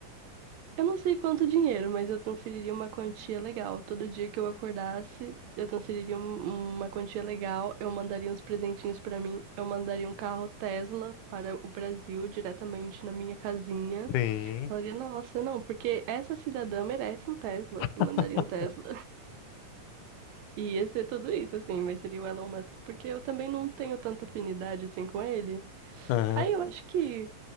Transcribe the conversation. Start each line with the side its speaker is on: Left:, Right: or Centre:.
Right: eu não sei quanto dinheiro, mas eu transferiria uma quantia legal. Todo dia que eu acordasse, eu transferiria um- uma quantia legal, eu mandaria uns presentinhos pra mim, eu mandaria um carro Tesla para o Brasil diretamente na minha casinha.
Left: sim,
Right: Falaria, nossa, não, porque essa cidadã merece um Tesla
Left: <laughs>
Right: e mandaria um Tesla. E ia ser tudo isso, assim, mas seria o Elon Musk, porque eu também não tenho tanta afinidade assim com ele.
Left: aham,
Right: Aí eu acho que